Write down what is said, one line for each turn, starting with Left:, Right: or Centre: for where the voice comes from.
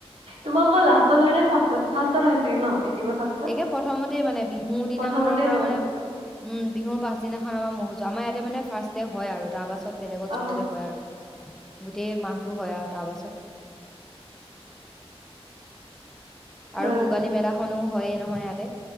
Right: তোমাৰ অৌ লাষ্টত হয় নে ফাৰত ফাৰ্ষত হয় চাগে ন একেবাৰে ফাৰ্ষ্টত
Centre: এইে প্ৰথমতে মানে বিহু দিনাখনৰ
Right: প্ৰথমতে
Centre: পৰা
Right: হয়
Centre: মানে উম বিহুৰ পাছদিনাখন আমাৰ মহোজু আমাৰ ইয়াতে মানে ফাৰ্ষ্ ডে হয় আৰু তাৰ পাছত াছত বেলেগত
Right: অ
Centre: চবতে হয় আৰু গোটেই মাহটো হয় আৰু তাৰ পাছত <unintelligible>
Right: হ
Centre: আৰু ভোগালী মেলাখনো হইয়ে নহয় ইয়াতে।